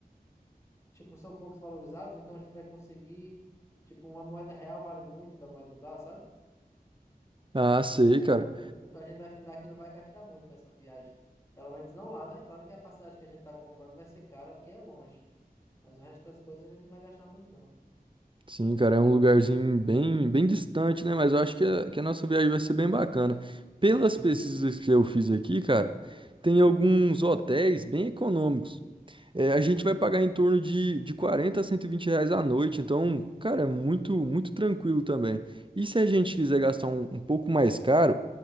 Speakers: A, on the left; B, on the right.
A: tipo, são poucos valorizados, então a gente vai conseguir, tipo, uma moeda real vale muito da moeda de lá, sabe?
B: Ah, sei, cara.
A: En- en- Então a gente vai findar que não vai gastar muito nessa viagem. Pelo menos não lá, né? Claro que a passagem que a gente está comprando vai ser cara porque é longe. Mas o resto das coisas a gente não vai gastar muito, não.
B: Sim, cara, é um lugarzinho bem, bem distante, né? Mas eu acho que a, que a nossa viagem vai ser bem bacana. Pelas pesquisas que eu fiz aqui, cara, tem alguns
A: Hum.
B: hotéis bem econômicos. É, a gente vai pagar em torno de, de 40 a 120 reais à noite, então, cara, é muito, muito tranquilo também. E se a gente quiser gastar um, um pouco mais caro,